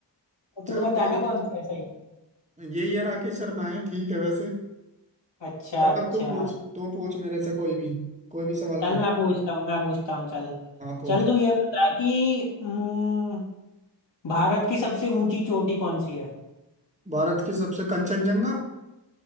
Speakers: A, on the left; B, on the right.
A: तो तू
B: चल
A: बताना
B: कोई
A: कौन सा है सही
B: यही है राकेश शर्मा है ठीक है वैसे
A: अच्छा
B: चल
A: अच्छा
B: अब तू पूछ तू पूछ मेरे से कोई भी कोई भी सवाल
A: चल
B: पूछ
A: मैं पूछता हूँ मैं पूछता हूँ चल
B: हाँ पूछ
A: चल तू ये बता कि हम्म, भारत की सबसे ऊंची चोटी कौन सी है
B: भारत की सबसे कंचनजंगा